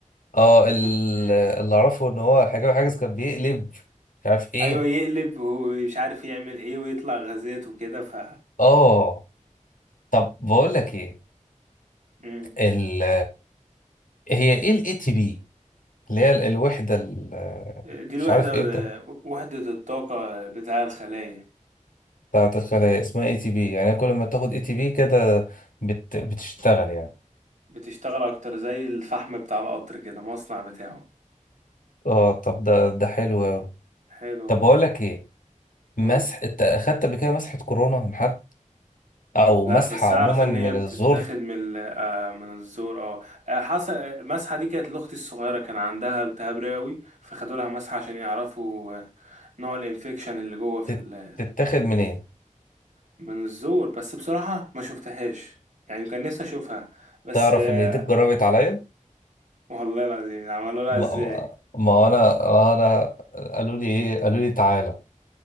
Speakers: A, on the left; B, on the right.
A: اه
B: <laughs>
A: ال- اللي اعرفه ان هو الحجاب الحاجز كان بيقلب مش عارف ايه
B: ايوه يقلب ومش عارف يعمل ايه ويطلع غازات وكده ف
A: اه طب بقول لك ايه
B: مم.
A: ال هي ايه الاي تي بي اللي هي ال- الوحده ال-
B: دي الوحده
A: مش عارف ايه ده
B: وحده الطاقه بتاع الخلايا
A: بتاعت الخلايا اسمها اي تي بي يعني كل ما تاخد اي تي بي كده بت بتشتغل يعني
B: بتشتغل اكتر زي الفحم بتاع القطر كده مصنع بتاعه
A: اه طب ده ده حلو أوي.
B: حلو
A: طب بقول لك ايه مسح
B: قول
A: انت اخدت قبل كده مسحة كورونا من حد او
B: لا
A: مسحة
B: بس
A: عموما
B: اعرف ان
A: من
B: هي بتتاخد
A: الزور
B: من ال- آه من الزور اه آه، حصل المسحه دي كانت لاختي الصغيره كان عندها التهاب رئوي فخدوا لها مسحه عشان يعرفوا آه، نوع الانفكشن اللي جوه في
A: تت-
B: ال
A: تتاخد
B: في
A: منين
B: ال من الزور بس بصراحه ما شفتهاش يعني كان نفسي اشوفها بس
A: تعرف
B: آه،
A: ان دي اتجربت عليا
B: والله العظيم عملوا لها
A: ما
B: ازاي
A: ما ما هو انا ما هو انا قالوا لي ايه قالوا لي تعالى